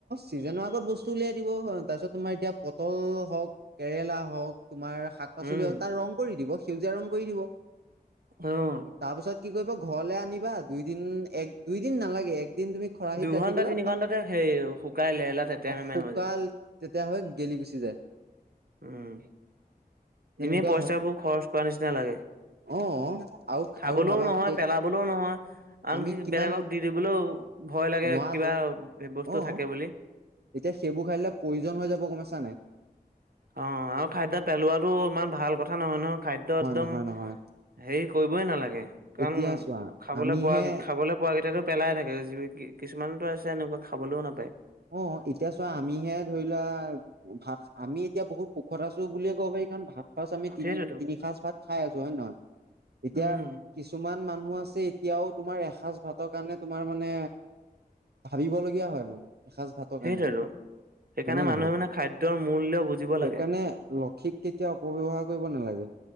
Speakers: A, on the right; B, on the right.
A: চিজনৰ আগত বস্তু উলিয়াই দিব তাৰপিছত তোমাৰ এতিয়া পটল হওক কেৰেলা হওক। তোমাৰ শাক পাচলি
B: উম,
A: তাৰ ৰং কৰি দিব সেউজীয়া ৰং কৰি দিব।
B: আহ
A: তাৰ পাছত কি কৰিব ঘৰলৈ আনিবা দুইদিন এক দুইদিন নালাগে একদিন তুমি খৰাহীত
B: দুঘন্টা
A: ৰাখি দিবা।
B: তিনি ঘন্টাতে সেই শুকাই লেৰেলা তেতেৰা
A: অ
B: মেমেৰা
A: শুকাল
B: হৈ যায়।
A: তেতিয়া হৈ গেলি গুচি যায়।
B: উম
A: তেনেকুৱা
B: এনে পইচাবোৰ
A: হয়
B: খৰচ কৰা নিচিনা লাগে।
A: অ আৰু
B: খাবলৈও
A: আৰু ভাবা
B: নহয়
A: সেই
B: পেলাবলৈও নহয় আনকি
A: আমি কিমান
B: বেলেগক দি দিবলৈও ভয় লাগে
A: নোৱাৰাতো
B: কিবা। বস্তু
A: অ
B: থাকে বুলি।
A: এতিয়া সেইবোৰ খাইিলে প্ৰয়োজন হৈ যাব গমাইছা নে।
B: অ আৰু খাদ্য পেলোৱাতটো ইমান ভাল কথা নহয় নহয় খাদ্য একদম।
A: নহয় নহয়
B: হেৰি কৰিবই নালাগে কাৰণ
A: এতিয়া চোৱা
B: খাবলৈ
A: আমিহে
B: পোৱা খাবলৈ পোৱা কেইটাতো। পেলাই থাকে যি কিছুমানতো আছে এনেকুৱা খাবলৈও নাপায়।
A: অ এতিয়া চোৱা আমিহে ধৰি লোৱা ভাত আমি এতিয়া বহুত সুখত আছো বুলিয়ে ক'ব পাৰি কাৰণ ভাত। সচ আমি তিনি
B: সেইটোৱেতো
A: তিনি সাঁজ ভাত খাই আছো হয়ে নহয় এতিয়া
B: উম,
A: কিছুমান মানুহ আছে। এতিয়াও তোমাৰ এসজ ভাতৰ কাৰণে তোমাৰ মানে ভাবিব লগীয়া হয় মানে। এসাঁজ ভাতৰ
B: সেইটোৱেতো
A: কাৰনে হয়নে
B: সেইকাৰণে
A: নহয়।
B: মানুহে মানে খাদ্যৰ মূল্য বুজিব লাগে।
A: সেইকাৰণে লক্ষীক কেতিয়া অপব্যবহাৰ কৰিব নালাগে।